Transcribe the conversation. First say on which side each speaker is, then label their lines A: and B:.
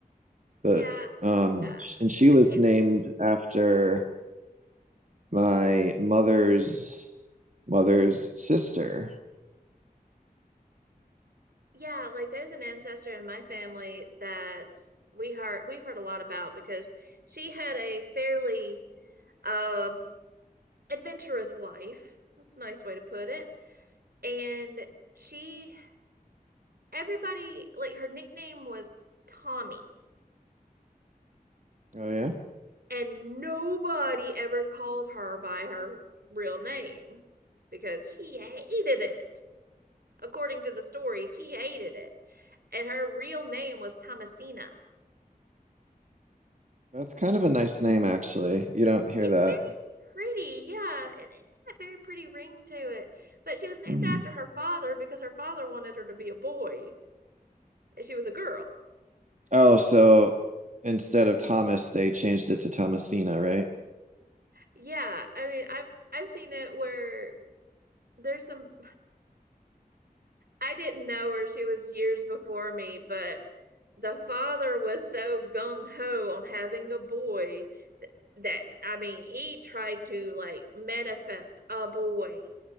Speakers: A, on the right (about 50°); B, on the right (about 80°).
A: but
B: Yeah.
A: um,
B: Uh,
A: and she
B: I
A: was
B: can't
A: named
B: s-
A: after my mother's mother's sister.
B: yeah, like there's an ancestor in my family that we heard we've heard a lot about because she had a fairly um adventurous life. That's a nice way to put it. and she everybody like her nickname was Tommy
A: Oh yeah,
B: and nobody ever called her by her real name because she hated it. According to the story, she hated it. And her real name was Thomasina.
A: that's kind of a nice name actually. You don't hear
B: It's
A: that.
B: very pretty. Yeah, it has a very pretty ring to it. But she was named
A: Mm.
B: after her father because her father wanted her to be a boy and she was a girl.
A: Oh, so instead of Thomas, they changed it to Thomasina, right?
B: Yeah, I mean, I've I've seen it where there's some I didn't know her. She was years before me, but the father was so gung ho on having a boy th- that, I mean, he tried to like manifest a boy.